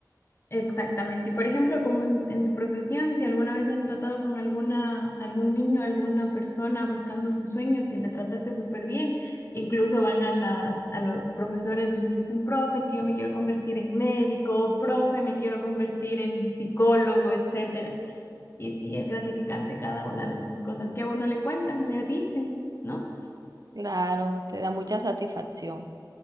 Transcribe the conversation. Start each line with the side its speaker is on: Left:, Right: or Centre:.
Left: Exactamente. Y por ejemplo, como en, en tu profesión, si alguna vez has tratado con alguna, algún niño, alguna persona buscando sus sueños y le trataste súper bien, incluso van a las, a los profesores y les dicen, profe, es que yo me quiero convertir en médico, profe, me quiero convertir en psicólogo, etcétera. Y sí, es gratificante cada una de esas cosas
Right: Mm.
Left: que a uno le cuentan, le dicen, ¿no?
Right: Claro, te da mucha satisfacción.